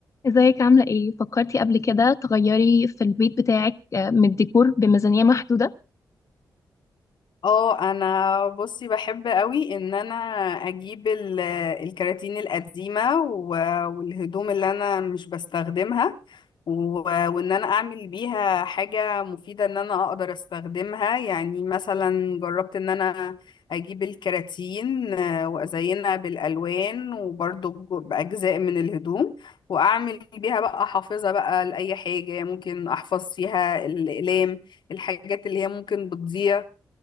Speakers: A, on the left (about 40°); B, on the left (about 70°).
A: ازيك عاملة ايه؟ فكرتي قبل كده تغيري في البيت بتاعك آه، من الديكور بميزانية محدودة؟
B: اه انا بصي بحب قوي ان انا اجيب ال- الكراتين القديمه و- والهدوم اللي انا مش بستخدمها و- وان انا اعمل بيها حاجه مفيده ان انا اقدر استخدمها يعني مثلا جربت ان انا اجيب الكراتين آه، وازينها بالالوان وبرضو بج- باجزاء من الهدوم واعمل بيها بقى حافظه بقى لاي حاجه ممكن احفظ فيها الاقلام الحاجات اللي هي ممكن بتضيع